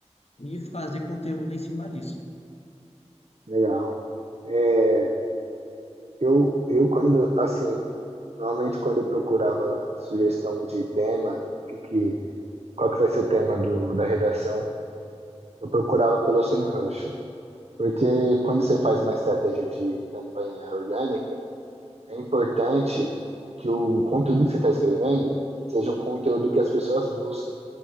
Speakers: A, on the left; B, on the right.
A: e fazer conteúdo em cima disso.
B: Legal. É, Eu, eu quando, assim, normalmente quando eu procurava sugestão de tema, que, que, qual que vai ser o tema do, da redação, eu procurava pelo semrush Porque quando você faz uma estratégia de campanha orgânica, é importante que o conteúdo que você está escrevendo seja um conteúdo que as pessoas busquem.